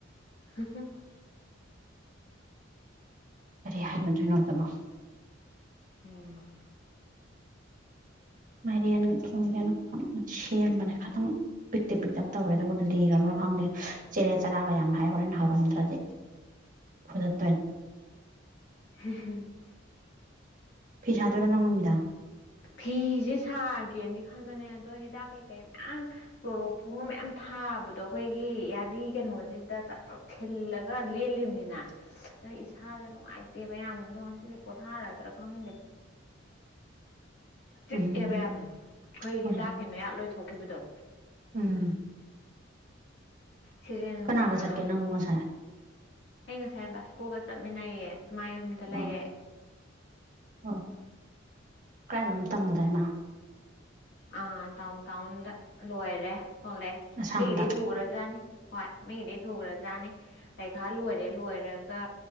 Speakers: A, on the left; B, on the right.
A: <unintelligible>
B: ꯀꯔꯤ <unintelligible>
A: ꯎꯝ
B: ꯃꯥꯏꯔꯦꯟ ꯊꯣꯡꯒꯦꯅ ꯀꯟꯅꯥ ꯁꯦꯝꯕꯅꯦ ꯑꯗꯨꯝ ꯄꯤꯛꯇꯤ ꯄꯤꯛꯇꯞ ꯇꯧꯔꯦ ꯑꯗꯨꯕꯨ ꯂꯤꯔꯕꯔꯕ꯭ꯔꯥ ꯈꯪꯗꯦ ꯆꯦꯔꯦ ꯆꯔꯥꯒ ꯌꯥꯝ ꯍꯥꯏ ꯍꯥꯏꯍꯧꯔꯦ ꯍꯥꯎꯔꯝꯗ꯭ꯔꯗꯤ ꯐꯨꯗꯠ ꯇꯣꯏꯅꯤ
A: <unintelligible>
B: ꯐꯤ ꯁꯥꯥꯗꯣꯏꯔꯣ ꯅꯪ ꯅꯨꯃꯤꯗꯥꯡ
A: ꯐꯤꯁꯦ ꯁꯥꯒꯦꯅꯗꯤ ꯈꯟꯕꯅꯦ ꯑꯗꯣ ꯍꯤꯗꯥꯛ ꯀꯩꯀꯩ ꯃꯌꯥꯝ ꯀ꯭ꯂꯣꯔꯣꯛꯞ ꯐꯣꯡꯕ ꯃꯌꯥꯝ ꯊꯥꯕꯗꯣ ꯑꯩꯈꯣꯏꯒꯤ ꯌꯥꯔꯤ ꯀꯩꯅꯣꯁꯤꯗ ꯆ ꯈꯤꯜꯂꯒ ꯂꯦꯂꯤꯝꯅꯤꯅ
B: <unintelligible>
A: ꯏꯁꯥꯁꯦ ꯅꯨꯡꯉꯥꯏꯇꯦꯕ ꯃꯌꯥꯝꯅ ꯑꯗꯣ ꯉꯁꯤꯗꯤ ꯄꯣꯊꯥꯔꯗ꯭ꯔꯥ ꯈꯪꯗꯦ ꯆꯤꯛꯑꯦꯕ
B: ꯎꯝ
A: ꯌꯥꯝꯅ ꯑꯩꯈꯣꯏ
B: ꯍꯣꯏ
A: ꯍꯤꯗꯥꯛꯀꯤ ꯃꯌꯥꯛ ꯂꯣꯏꯊꯣꯛꯈꯤꯕꯗꯣ
B: ꯎꯝ
A: ꯁꯤꯔꯤꯟꯁꯅ
B: ꯀꯅꯥꯒ ꯆꯠꯀꯦ ꯅꯪꯕꯨ ꯉꯁꯥꯏ
A: ꯑꯩ ꯉꯁꯥꯏ ꯕꯥꯁꯀꯣꯒ ꯆꯠꯃꯤꯟꯅꯩꯌꯦ ꯃꯥ ꯌꯨꯝꯗ
B: ꯑꯣ
A: ꯂꯩꯌꯦ
B: ꯑꯣ ꯀꯥꯏꯗꯅꯣꯝ ꯇꯝꯃꯨꯔꯦ ꯃꯥ
A: ꯑꯥ ꯗꯥꯎꯟ ꯇꯥꯎꯟꯗ ꯂꯣꯏꯔꯦ ꯊꯣꯛꯂꯛꯑꯦ
B: ꯑꯁꯥꯝꯗ
A: ꯃꯤꯒꯤꯗꯤ ꯊꯨꯈ꯭ꯔꯖꯥꯠꯅꯤ ꯍꯣꯏ ꯃꯤꯗꯤ ꯊꯨꯈ꯭ꯔꯖꯥꯅꯤ ꯄꯩꯈꯥ ꯂꯣꯏꯔꯦ ꯂꯣꯏꯔꯒ